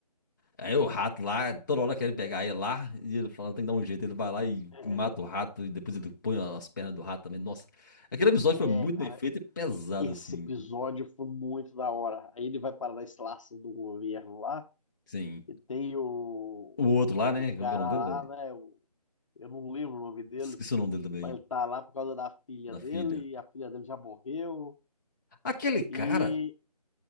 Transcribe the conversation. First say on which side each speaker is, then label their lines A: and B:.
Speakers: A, on the left (about 30°); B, on the left (about 50°).
A: Aí o rato lá, toda hora querem pegar ele lá, e ele fala, tem que dar um jeito. Ele vai lá e
B: É,
A: mata o rato, e depois ele põe as pernas do rato também. Nossa, aquele episódio
B: é,
A: foi muito
B: cara,
A: bem feito e pesado,
B: esse
A: assim.
B: episódio foi muito da hora. Aí ele vai para a instalação do governo lá
A: Sim.
B: e tem o
A: O outro lá, né?
B: o cara
A: Como é que é o nome dele?
B: lá, né? o- Eu não lembro o nome dele,
A: Esqueci o nome dele também,
B: mas ele tá lá por causa da filha
A: da
B: dele,
A: filha.
B: e a filha dele já morreu.
A: Aquele cara,
B: E,